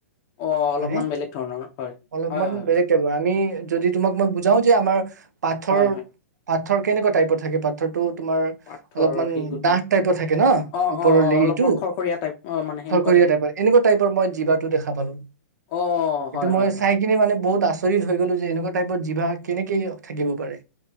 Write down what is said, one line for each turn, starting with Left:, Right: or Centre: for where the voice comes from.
Left: অ অলপমান
Right: হয়নে
Left: বেলেগ ধৰণৰ হয়
Right: অলপমান
Left: হয় হয়
Right: বেলেগ
Left: হয়
Right: টাইপৰ আমি যদি তোমাক ম। বুজাও যে আমাৰ পাথৰ
Left: হয় হয়
Right: পাথ পাথৰ কেনেকা টাইপত থাকে পাথৰটো। তোমাৰ
Left: পাথৰ
Right: অলপমান
Left: শিলগুটি
Right: দাঠ টাইপৰ থাকে ন
Left: অ
Right: ওপৰৰ
Left: অ অ
Right: লেইটো
Left: অলপমান খৰখৰীয়া টাইপ অ মানে সেনেকুৱা
Right: খৰখৰীয়া
Left: টাইপ
Right: টাইপৰ এনেকুৱা টাইপৰ মই জীৱা খাই পালোঁ
Left: অ হয়
Right: এইটো
Left: হয়
Right: মই
Left: হয়
Right: চাই কিনে মানে বহুত আচৰিত হৈ গ'লো যে এনেকুৱা টাইপৰ জিভা কেনেকে থাকিব পাৰে।